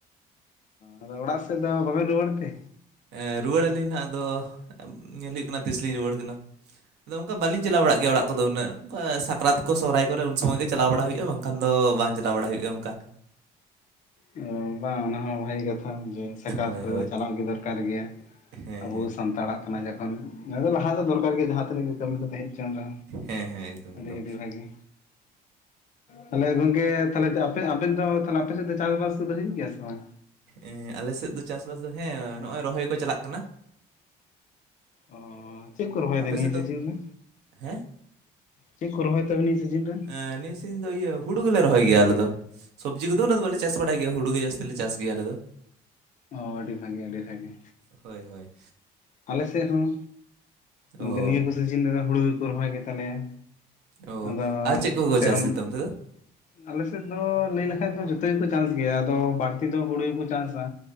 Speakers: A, on the left; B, on the right.
A: ᱟᱫᱚ ᱚᱲᱟᱜ ᱥᱮᱫ ᱫᱚ ᱵᱟᱵᱮᱱ ᱨᱩᱣᱟᱹᱲᱛᱮ?
B: ᱮᱸ ᱨᱩᱣᱟᱹᱲᱟᱹᱞᱤᱧ ᱦᱟᱸᱜ ᱟᱫᱚ ᱧᱮᱞ ᱦᱩᱭᱩᱜ ᱠᱟᱱᱟ ᱛᱤᱥ ᱞᱤᱧ ᱨᱩᱣᱟᱹᱲ ᱠᱟᱱᱟ᱾ ᱟᱫᱚ ᱚᱝᱠᱟ ᱵᱟᱞᱤᱧ ᱪᱟᱣ ᱵᱟᱲᱟᱜ ᱜᱮᱭᱟ ᱚᱲᱟᱜ ᱠᱚ ᱫᱚ ᱩᱱᱟᱹᱜ ᱥᱟᱠᱨᱟ ᱠᱚ ᱥᱚᱨᱦᱟᱭ ᱠᱚᱨᱮ ᱩᱱ ᱥᱚᱢᱚᱭ ᱜᱮ ᱪᱟᱞᱟᱣ ᱵᱟᱲᱟ ᱦᱩᱭᱩᱜᱼᱟ᱾ ᱵᱟᱝ ᱠᱷᱟᱱ ᱫᱚ ᱵᱟᱝ ᱪᱟᱞᱟᱣ ᱵᱟᱲᱟ ᱦᱩᱭᱩᱜᱼᱟ ᱚᱝᱠᱟ᱾
A: ᱚ ᱵᱟᱝ ᱚᱱᱟ ᱦᱚᱸ ᱵᱷᱟᱹᱜᱤ ᱠᱟᱛᱷᱟ᱾ ᱡᱮ ᱥᱟᱠᱨᱟᱛ
B: ᱦᱳᱭ
A: ᱠᱚᱨᱮ
B: ᱦᱳᱭ
A: ᱫᱚ ᱪᱟᱞᱟᱜ ᱜᱮ ᱫᱚᱨᱠᱟᱨ ᱜᱮᱭᱟ,
B: ᱦᱮᱸ
A: ᱟᱵᱚ
B: ᱦᱮᱸ
A: ᱥᱟᱱᱛᱟᱲᱟᱜ ᱠᱟᱱᱟ ᱡᱚᱠᱷᱚᱱ ᱫᱚ ᱞᱟᱦᱟ ᱫᱚᱨᱠᱟᱨ ᱜᱮ ᱡᱟᱦᱟᱸ ᱛᱤᱱᱟᱹᱜ ᱜᱮ ᱠᱟᱹᱢᱤ ᱫᱚ ᱛᱟᱦᱮᱸᱱ᱾ ᱪᱟᱸᱫᱚ
B: ᱦᱮᱸ ᱦᱮᱸ ᱮᱠᱫᱚᱢ
A: ᱟᱹᱰᱤ
B: ᱮᱠᱫᱚᱢ
A: ᱟᱹᱰᱤ ᱵᱷᱟᱹᱜᱮ᱾ ᱛᱟᱦᱞᱮ ᱜᱚᱝᱠᱮ ᱛᱟᱦᱞᱮ ᱟᱯᱮ ᱟᱵᱮᱱ ᱫᱚ ᱛᱟᱦᱞᱮ ᱟᱯᱮ ᱥᱮᱫ ᱫᱚ ᱪᱟᱥᱵᱟᱥ ᱠᱚᱫᱚ ᱦᱩᱭᱩᱜ ᱜᱮᱭᱟ ᱥᱮ ᱵᱟᱝ?
B: ᱮᱸ ᱟᱞᱮ ᱥᱮᱫ ᱫᱚ ᱪᱟᱥᱼᱵᱟᱥ ᱫᱚ ᱦᱮᱸ ᱱᱚᱜᱼᱚᱭ ᱨᱚᱦᱚᱭ ᱠᱚ ᱪᱟᱞᱟᱜ ᱠᱟᱱᱟ᱾
A: ᱚ ᱪᱮᱜ ᱠᱚ ᱨᱚᱦᱚᱭᱫᱟ
B: ᱟᱯᱮ
A: ᱱᱤᱭᱟᱹ
B: ᱥᱮᱫ
A: ᱥᱤᱡᱤᱱ
B: ᱫᱚ
A: ᱨᱮ?
B: ᱦᱮᱸ
A: ᱪᱮᱜ ᱠᱚ ᱨᱚᱦᱚᱭ ᱛᱟᱵᱮᱱ ᱱᱤᱭᱟᱹ ᱥᱤᱡᱤᱱ ᱨᱮ?
B: ᱮᱸ ᱱᱤᱭᱟᱹ ᱥᱤᱧ ᱫᱚ ᱤᱭᱟᱹ ᱦᱩᱲᱩ ᱜᱮᱞᱮ ᱨᱚᱦᱚᱭ ᱜᱮᱭᱟ ᱟᱞᱮ ᱫᱚ᱾ ᱥᱚᱵᱽᱡᱤ ᱠᱚᱫᱚ ᱩᱱᱟᱹᱜ ᱫᱚ ᱵᱟᱞᱮ ᱪᱟᱥ ᱵᱟᱲᱟᱭ ᱜᱮᱭᱟ, ᱦᱩᱲᱩ ᱜᱮ ᱡᱥᱛᱤ ᱞᱮ ᱪᱟᱥ ᱜᱮᱭᱟ ᱟᱞᱮ ᱫᱚ᱾
A: ᱚ ᱟᱹᱰᱤ ᱵᱷᱟᱜᱮ ᱟᱹᱰᱤ ᱵᱷᱟᱜᱮ᱾
B: ᱦᱳᱭ ᱦᱳᱭ
A: ᱟᱞᱮ ᱥᱮᱜ ᱦᱚᱸ ᱤᱝᱠᱟᱹ
B: ᱚ
A: ᱱᱤᱭᱟᱹ ᱠᱚ ᱥᱤᱡᱤᱱ ᱨᱮᱫᱚ ᱦᱩᱲᱩ ᱜᱮᱠᱚ ᱨᱚᱦᱚᱭ ᱜᱮ ᱛᱟᱞᱮᱭᱟ᱾
B: ᱚ
A: ᱟᱫᱚ
B: ᱟᱨ ᱪᱮᱫ ᱠᱚᱠᱚ
A: ᱥᱮᱨᱚᱢ
B: ᱪᱟᱥ ᱜᱮᱛᱮ ᱚᱱᱛᱮ ᱫᱚ
A: ᱟᱞᱮ ᱥᱮᱜ ᱫᱚ ᱞᱟᱹᱭ ᱞᱮᱠᱷᱟᱡ ᱫᱚ ᱡᱩᱚᱛᱚ ᱜᱮᱠᱚ ᱪᱟᱥ ᱜᱮᱭᱟ, ᱟᱫᱚ ᱵᱟᱹᱲᱛᱤ ᱫᱚ ᱦᱩᱲᱩ ᱜᱮᱠᱚ ᱪᱟᱥᱼᱟ᱾